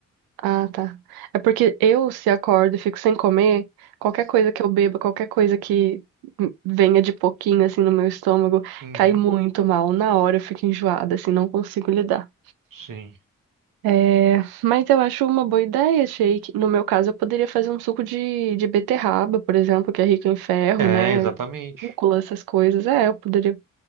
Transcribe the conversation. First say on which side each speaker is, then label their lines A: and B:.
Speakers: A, on the right; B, on the right.
A: Ah, tá. É porque eu, se acordo e fico sem comer, qualquer coisa que eu beba, qualquer coisa que venha de pouquinho, assim, no meu estômago,
B: Uhum,
A: cai muito mal. Na hora eu fico enjoada, assim, não consigo lidar.
B: sim.
A: É, mas eu acho uma boa ideia, shake. No meu caso, eu poderia fazer um suco de, de beterraba, por exemplo, que é rico em ferro,
B: É,
A: né?
B: exatamente.
A: Rúcula, essas coisas. É, eu poderia.